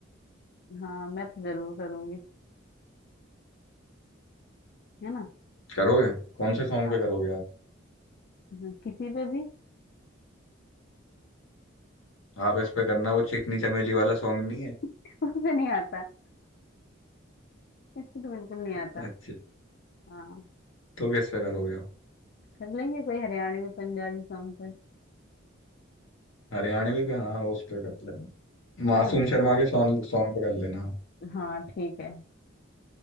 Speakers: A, on the left; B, on the left.
A: हाँ मैं तो जरूर करूंगी है ना
B: करोगे कौन से सॉन्ग
A: हाँ
B: पे करोगे आप
A: हाँ, किसी पे भी
B: आप इस पे करना वो चिकनी चमेली वाला सॉन्ग नहीं है
A: <laughs> उससे नहीं आता इसको तो बिल्कुल नहीं
B: <laughs>
A: आता
B: अच्छा
A: हाँ
B: तो किस पे करोगे आप
A: कर लेंगे कोई हरियाणवी पंजाबी सॉन्ग पे
B: हरियाणवी पे हाँ वो उस पे कर लेना मासूम
A: है ना
B: शर्मा के सॉन्ग सॉन्ग पे कर लेना आप।
A: हाँ ठीक है